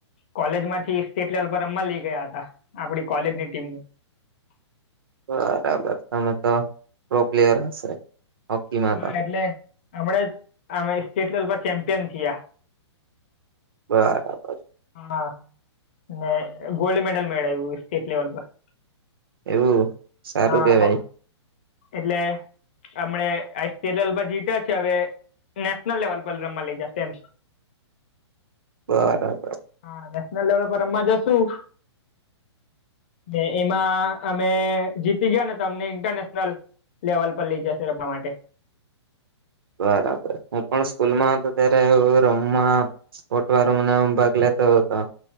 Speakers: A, on the left (about 20°); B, on the right (about 50°).
A: કોલેજ માંથી સ્ટેટ લેવલ પર રમવા લઈ ગયા હતા આપડી કોલેજની ટીમ ને.
B: બરાબર તમે તો પ્રો પ્લેયર હશે? હોકીમાં
A: હા
B: તો
A: એટલે હમણા જ અમે સ્ટેટ લેવલ પર ચેમ્પિયન થયા.
B: બરાબર.
A: હા ને ગોલ્ડ મેડલ મેળવ્યું સ્ટેટ લેવલ પર.
B: એવું? સારું
A: હા
B: કેવાય
A: હ એટલે હમણે આ સ્ટેટ લેવલ પર જીત્યા છે હવે. નેશનલ લેવલ પર રમવા લઈ જાશે એમ.
B: બરાબર.
A: હા નેશનલ લેવલ પર રમવા જશું. ને એમાં અમે જીતી ગયા ને તો તમને ઇન્ટરનેશનલ લેવલ પર લઇ જાશે રમવા માટે.
B: બરાબર. હું પણ સ્કૂલમાં હતો ત્યારે એવું રમવા સ્પોટમાં રમવા આમ ભાગ લેતો હતો.